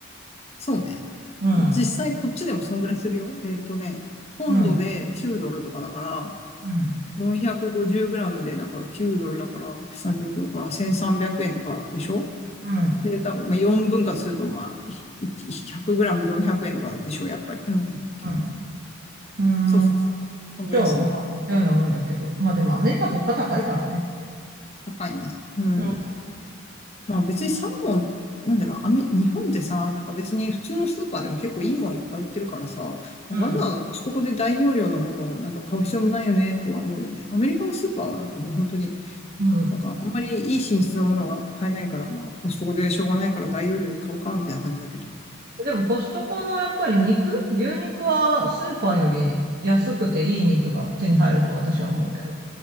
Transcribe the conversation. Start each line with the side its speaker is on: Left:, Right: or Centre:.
Left: そうね。
Right: うん、
Left: 実際こっちでもそんぐらいするよ。
Right: うん、
Left: えっとね、ポンドで9ドルとかだから、
Right: うん、うん、
Left: 450グラムで、だから9ドルだから、136だから1300円とかでしょ
Right: うん、
Left: で、多分まあ4分割すると、まあ、100グラム400円とかでしょやっぱり。うん。
Right: うん。
Left: そうそうそう。
Right: うん
Left: こんぐらいする。
Right: じゃあ、まあ似たようなもんだけど。まあでもアメリカ物価高いからね。
Left: 高いね。うん。
Right: うん、
Left: まあ別にサーモン、なんだろう、アメ、日本ってさ、なんか別に普通のスーパーでも結構いいもんいっぱい売ってるからさ、わざわざコストコで大容量のものをなんか買う必要もないよね、
Right: うん、
Left: とは思うよね。アメリカのスーパーはなんかもう本当に、
Right: うん。
Left: なんかあんまりいい品質のものが買えないから、まあコストコでしょうがないから大容量で買うか、みたいな感じだけど。
Right: でもコストコのやっぱり肉、牛肉はスーパーより安くていい肉が手に入ると私は思うけど。